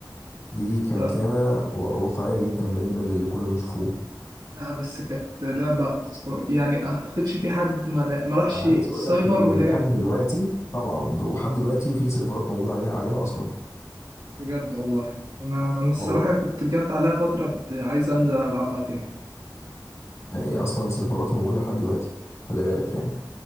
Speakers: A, on the left (about 45°); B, on the right (about 70°).
A: دي كانت
B: ف-
A: لعبه و- واقعيه جدا بالنسبه للي كنا بنشوفوه
B: لا بس كانت لعبه اسطوريه يعني اعتقدش في حد ما, لع- ما راحش
A: عايز
B: السايبر
A: اقول لك ان
B: ولعب
A: لحد دلوقتي طبعا ده لحد دلوقتي في سيرفرات موجوده عليها عليها اصلا
B: بجد والله انا انا الصراحه
A: والله
B: كنت جات عليا فتره كنت عايز انزل العبها تاني
A: يعني اصلا سيرفراتها موجوده لحد دلوقتي خلي بالك يعني